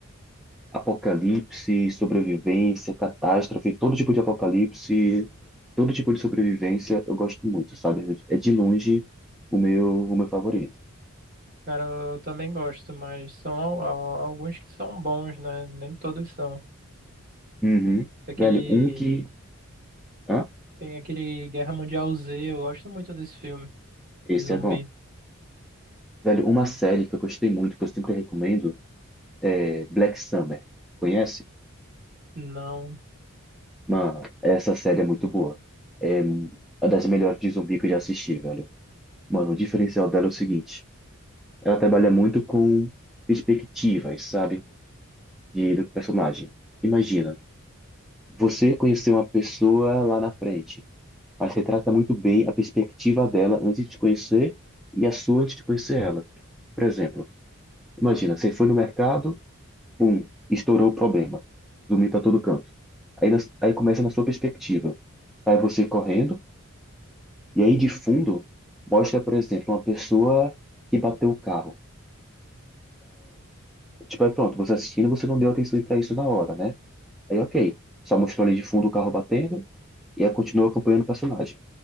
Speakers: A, in the centre; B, on the right.
A: apocalipse, sobrevivência, catástrofe, todo tipo de apocalipse, todo tipo de sobrevivência, eu gosto muito, sabe? É de longe o meu, o meu favorito.
B: Cara, eu também gosto, mas são al- al- alguns que são bons, né? Nem todos são.
A: Uhum.
B: Aquele.
A: Velho, um que. Hã?
B: Tem aquele Guerra Mundial Z, eu gosto muito desse filme
A: Esse
B: de zumbi.
A: é bom. Velho, uma série que eu gostei muito, que eu sempre recomendo. É Black Summer, conhece?
B: Não.
A: Mano, essa série é muito boa. É uma das melhores de zumbi que eu já assisti, velho. Mano, o diferencial dela é o seguinte: ela trabalha muito com perspectivas, sabe? De, do personagem. Imagina, você conheceu uma pessoa lá na frente, mas retrata muito bem a perspectiva dela antes de te conhecer e a sua antes de conhecer ela. Por exemplo, imagina, você foi no mercado. Bum, estourou o problema. Zumbi para todo canto. Aí, nas- aí começa na sua perspectiva. Sai você correndo, e aí de fundo mostra, por exemplo, uma pessoa que bateu o carro. Tipo, aí pronto, você assistindo, você não deu atenção para isso na hora, né? Aí ok, só mostrou ali de fundo o carro batendo, e aí continua acompanhando o personagem.